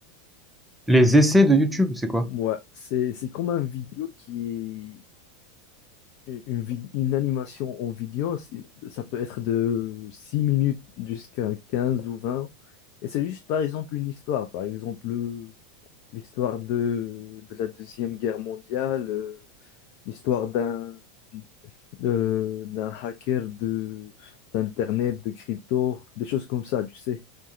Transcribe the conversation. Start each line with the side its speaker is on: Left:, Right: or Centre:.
Centre: Les essais de YouTube, c'est quoi?
Left: Ouais, c'est c'est comme un vidéo qui est une, vid- une animation en vidéo, c'est- ça peut être de 6 minutes jusqu'à 15 ou 20. Et c'est juste par exemple une histoire, par exemple euh, l'histoire de, de la Deuxième Guerre mondiale, euh, l'histoire d'un euh, d'un hacker de d'Internet, de crypto, des choses comme ça, tu sais.